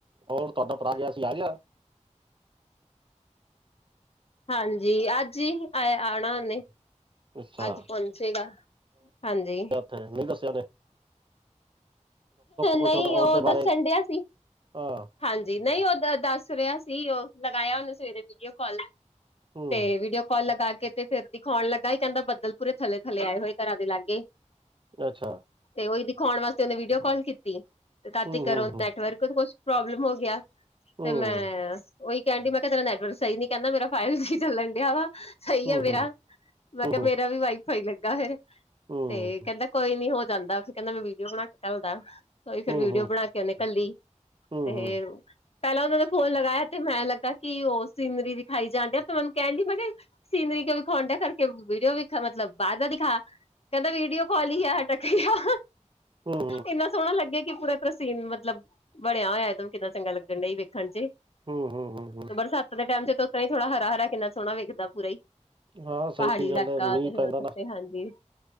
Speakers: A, on the right; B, on the left.
A: ਹੋਰ ਤੁਹਾਡਾ ਭਰਾ ਗਿਆ ਸੀ ਆਗਿਆ,
B: ਹਾਂਜੀ ਅੱਜ ਹੀ ਆ ਆਣਾ ਉਹਨੇ,
A: ਅੱਛਾ
B: ਅੱਜ ਪਹੁੰਚੇਗਾ, ਹਾਂਜੀ।
A: ਮੇਨੂੰ ਨਹੀ ਦੱਸਿਆ ਉਹਨੇ। ਕੁਝ
B: ਨਹੀਂ
A: ਉਹਦਾ ਉਹਦੇ
B: ਉਹ
A: ਬਾਰੇ
B: ਦੱਸਣ ਡਿਆ ਸੀ।
A: ਹਾਂ
B: ਹਾਂਜੀ ਨਹੀਂ ਉਹ ਦੱਸ ਰਿਹਾ ਸੀ ਉਹ ਲਗਾਇਆ ਉਹਨੇ ਸਵੇਰੇ ਵੀਡੀਓ ਕਾਲ।
A: ਹੂੰ
B: ਤੇ ਵੀਡੀਓ ਕਾਲ ਲਗਾ ਕੇ, ਤੇ ਫੇਰ ਦਿਖਾਉਣ ਲੱਗਾ ਹੀ ਕਹਿੰਦਾ ਬੱਦਲ ਪੂਰੇ ਥੱਲੇ- ਥੱਲੇ ਆਏ ਹੋਏ ਘਰਾਂ ਦੇ ਲਾਗੇ,
A: ਅੱਛਾ।
B: ਤੇ ਉਹੀ ਦਿਖਾਉਣ ਵਾਸਤੇ ਉਹਨੇ ਵੀਡੀਓ ਕਾਲ ਕੀਤੀ ਤੇ ਤਾਤੀ
A: ਹੂੰ ਹੂੰ
B: ਕਰੋ,
A: ਹੂੰ
B: ਨੈਟਵਰਕ ਤੋਂ ਕੁਛ ਪ੍ਰੋਬਲਮ ਹੋ ਗਿਆ,
A: ਹੂੰ
B: ਤੇ ਮੈਂ ਉਹੀ ਕਹਿਣ ਡਈ ਮੈਂ ਕਿਹਾ ਤੇਰਾ ਨੈਟਵਰਕ ਸਹੀ ਨਹੀ ਕਹਿੰਦਾ ਮੇਰਾ ਫਾਈਬ ਜੀ ਚੱਲਣ ਡਿਆ ਵਾ। ਸਹੀ
A: ਹੂੰ
B: ਆ ਮੇਰਾ,
A: ਹੂੰ
B: ਮੈਂ
A: ਹੂੰ
B: ਕਿਹਾ ਮੇਰਾ ਵੀ ਵਾਈਫ ਹੀ ਲੱਗਾ ਫੇਰ।
A: ਹੂੰ
B: ਤੇ ਕਹਿੰਦਾ ਕੋਈ ਨੀ ਹੋ ਜਾਂਦਾ ਫਿਰ ਕਹਿੰਦਾ ਮੈਂ ਵੀਡੀਓ ਬਣਾ ਕੇ ਘਲਦਾ ਕੋਈ ਫੇਰ
A: ਹੂੰ
B: ਵੀਡੀਓ
A: ਹੂੰ ਹੂੰ
B: ਬਣਾ ਕੇ ਕਹਿੰਦੇ ਕੱਲੀ,
A: ਹੂੰ
B: ਤੇ ਪਹਿਲਾਂ ਉਹਨਾਂ ਦਾ ਫੋਨ ਲਗਾਇਆ ਤੇ ਮੈਂ ਲੱਗਾ ਕਿ ਉਹ ਸੀਨਰੀ ਦਿਖਾਈ ਜਾਂਣ ਡਿਆ ਤੇ ਮੈਨੂੰ ਕਹਿਣ ਡਈ ਮੈਂ ਕਿਹਾ, ਸੀਨਰੀ ਕਿਉਂ ਵਿਖੌਣ ਡਿਆ ਕਰਕੇ ਵੀਡੀਓ ਵੀਖਾ ਮਤਲਬ ਬਾਹਰ ਦਾ ਦਿਖਾ, ਕਹਿੰਦਾ ਵੀਡੀਓ ਕਾਲ ਹੀ ਆ ਟਕ ਆ,
A: ਹੂੰ
B: ਇੰਨਾ ਸੋਹਣਾ ਲੱਗਿਆ ਕਿ ਪੂਰਾ ਤਰ੍ਹਾਂ ਸੀਨ ਮਤਲਬ ਬਣਿਆ ਹੋਇਆ ਇਹਦੋਂ ਕਿੱਦਾਂ ਚੰਗਾ ਲੱਗਣ ਡ ਹੀ ਵੇਖਣ ਚ,
A: ਹੂੰ ਹੂੰ ਹੂੰ।
B: ਤੇ ਬਰਸਾਤ ਦੇ ਟੈਮ ਚ ਤਾ ਥੋੜਾ ਹਰਾ-ਹਰਾ ਕਿੰਨਾ ਸੋਹਣਾ ਵੇਖਦਾ ਪੂਰਾ ਹੀ,
A: ਹਾਂ
B: ਪਹਾੜੀ
A: ਸਹੀ
B: ਇਲਾਕਾ
A: ਗੱਲ ਹੈ ਮੀਂਹ
B: ਤੇ ਫਿਰ
A: ਪੈਂਦਾ
B: ਹੋ ਸਕਦੇ
A: ਨਾ
B: ਹਾਂਜੀ।